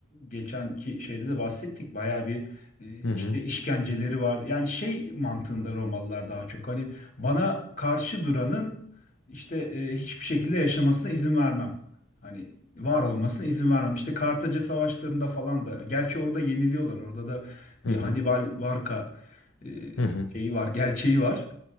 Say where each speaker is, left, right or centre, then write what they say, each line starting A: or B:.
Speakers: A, on the left; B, on the left.
A: geçenki şeyde de bahsettik bayağı bir e, işte
B: Hı hı,
A: işkenceleri var. Yani şey mantığında Romalılar daha çok hani bana karşı duranın işte e, hiçbir şekilde yaşamasına izin vermem. Hani var olmasına izin vermem. İşte Kartaca savaşlarında falan da gerçi orada yeniliyorlar. Orada da
B: hı
A: bir
B: hı,
A: Hannibal Barca e,
B: hı hı.
A: şeyi var, gerçeği var.